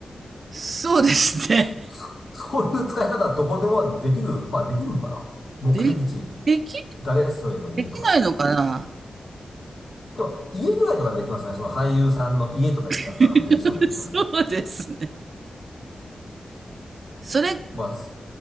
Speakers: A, on the right (about 50°); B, on the left (about 50°).
A: す。そうですね。
B: そ、<laughs> そういう使い方はどこでもできる、まあできるのかな目的地、
A: で、でき、
B: 誰それの家とかって。
A: できないのかな
B: でも、家ぐらいとかでできますよね。その俳優さんの家とか行ったら多分できそうな気がしますよね。
A: <laughs> そうですね。それか、
B: まあ、す